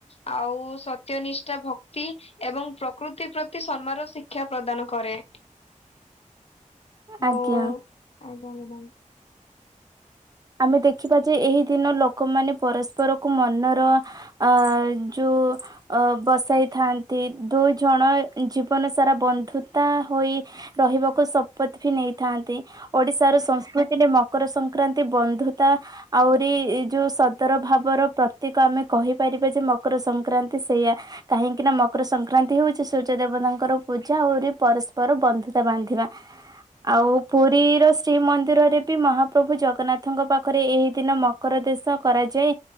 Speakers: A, on the left (about 50°); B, on the right (about 30°).
A: ଆ ଆଉ ସତ୍ୟନିଷ୍ଠା ଭକ୍ତି ଏବଂ ପ୍ରକୃତି ପ୍ରତି ସନ୍ମାର ଶିକ୍ଷା ପ୍ରଦାନ କରେ। ହଁ
B: ଆଜ୍ଞା।
A: <unintelligible>
B: ଆମେ ଦେଖିବା ଯେ ଏହି ଦିନ ଲୋ ଲୋକମାନେ ପରସ୍ପରକୁ ମନର ଆ ଯୋଉ ଅ ବସାଇଥାଆନ୍ତି ନ୍ତି। ଦୁଇ ଜଣ ଜୀବନ ସାରା ବନ୍ଧୁତା ହୋଇ ରହିବାକୁ ଶପଥ ବି ନେଇଥାନ୍ତି। ଓଡିଶାର ସଂସ୍କୃତିରେ ମକର ସଂକ୍ରାନ୍ ତି ବନ୍ଧୁତା ଆହୁରି ଯୋଉ ସଦର ଭାବର ପ୍ରତୀକ ଆମେ କହିପାରିବା ଯେ ମକର ସଂକ୍ରାନ୍ତି ସେଇୟା କାହିଁକି ନା ମକର ସଂକ୍ରାନ୍ତି ହଉଛି ସୂର୍ଯ୍ୟ ଦେବତାଙ୍କର ପୂଜା ଆହୁରି ପରିସ୍ ପର ବନ୍ଧୁତା ବାନ୍ଧିବା ଆଉ ପୁରୀ ର ଶ୍ରୀମନ୍ଦିରରେ ବି ମହାପ୍ରଭୁ ଜଗ ନାଥଙ୍କ ପାଖରେ ଏହି ଦିନ ମକର ଦେଶ କରାଯାଏ